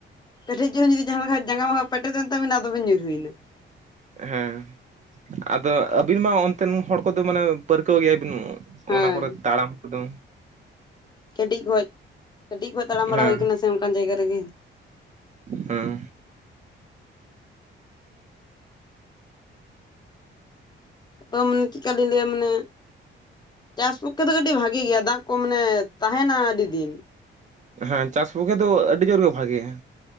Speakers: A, on the left; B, on the right.
A: ᱠᱟᱹᱴᱤᱡ ᱪᱩᱞᱩᱝ ᱡᱩᱫᱤ ᱡᱟᱦᱟ ᱞᱮᱠᱟ ᱡᱟᱸᱜᱟ ᱢᱟᱸᱜᱟ ᱯᱮᱴᱮᱫ ᱮᱱ ᱛᱟᱵᱤᱱᱟ ᱟᱫᱚᱵᱤᱱ ᱧᱩᱨᱩᱭᱱᱟ
B: ᱦᱮᱸ ᱟᱫᱚ ᱟᱹᱵᱤᱱ ᱢᱟ ᱚᱱᱛᱮᱱ ᱦᱚᱲ ᱠᱚᱫᱚ ᱢᱟᱱᱮ ᱯᱟᱹᱨᱠᱟᱹᱣ ᱜᱮᱭᱟ ᱵᱤᱱ
A: ᱦᱮᱸ
B: ᱚᱱᱟ ᱠᱚᱨᱮ ᱛᱟᱲᱟᱢ ᱠᱚᱫᱚ
A: ᱠᱟᱹᱴᱤᱡ ᱠᱷᱚᱡ ᱠᱟᱹᱴᱤᱡ ᱠᱷᱚᱡ ᱛᱟᱲᱟᱢ ᱵᱟᱲᱟ
B: ᱦᱮᱸ
A: ᱦᱩᱭ ᱠᱟᱱᱟ ᱥᱮ ᱚᱱᱠᱟᱱ ᱡᱟᱭᱜᱟ ᱨᱮᱜᱮ
B: ᱦᱮᱸ
A: ᱛᱚ ᱢᱟᱱᱮ ᱪᱮᱫᱠᱟᱞᱤᱧ ᱞᱟᱹᱭᱟ ᱢᱟᱱᱮ ᱪᱟᱥ ᱯᱚᱠᱠᱷᱮ ᱫᱚ ᱠᱟᱹᱴᱤᱡ ᱵᱷᱟᱜᱤ ᱜᱮᱭᱟ ᱫᱟᱜ ᱠᱚ ᱢᱟᱱᱮ ᱛᱟᱦᱮᱱᱟ ᱟᱹᱰᱤ ᱫᱤᱱ
B: ᱦᱮᱸ ᱪᱟᱥ ᱯᱚᱠᱠᱷᱮ ᱫᱚ ᱟᱹᱰᱤ ᱡᱳᱨ ᱜᱮ ᱵᱷᱟᱜᱮᱭᱟ